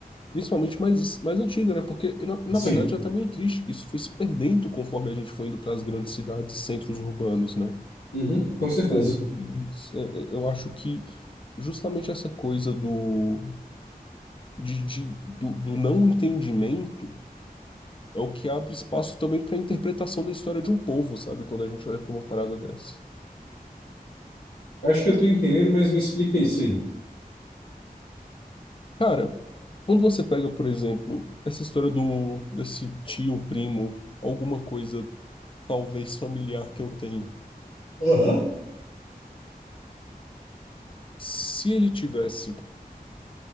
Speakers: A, on the left (about 35°); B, on the left (about 75°).
A: principalmente mais, mais antiga, né? Porque na, na
B: Sim,
A: verdade já tá meio triste que isso foi se perdendo conforme a gente foi indo para as grandes cidades e centros urbanos, né?
B: Uhum, com certeza.
A: Mas é, é, eu acho que justamente essa coisa do, de, de- do, do não entendimento é o que abre espaço também para a interpretação da história de um povo, sabe? Quando a gente olha para uma parada dessa.
B: Acho que eu tô entendendo, mas me explica isso aí.
A: Cara, Quando você pega, por exemplo, essa história do desse tio, primo, alguma coisa talvez familiar que eu tenho,
B: Aham.
A: se ele tivesse